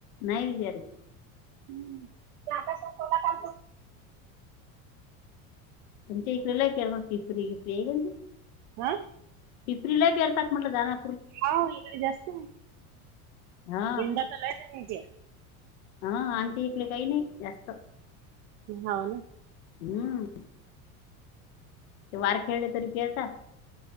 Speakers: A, on the left (about 75°); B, on the right (about 65°).
A: नाही बिचारे.
B: हम्म ते आकाशातोला का?
A: म्हणजे इकडेला पिपरी किरी आहेी.
B: हं.
A: फिपरी लय फेरतात म्हटलं जा ना.
B: हा इकडे जास्त आहे.
A: हा
B: यंदा त लय जनाची आहे.
A: हा आमचे इकडे काही नाही जास्त
B: हा ना.
A: हम्म. ते वार खेळले तरी पेळतात.